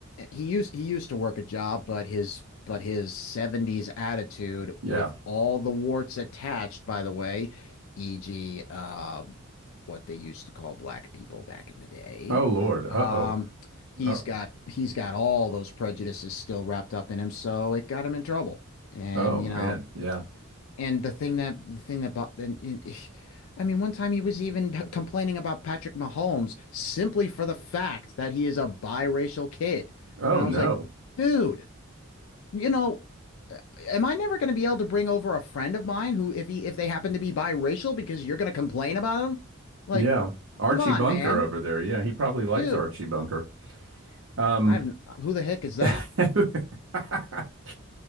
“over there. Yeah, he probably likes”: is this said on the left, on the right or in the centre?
Right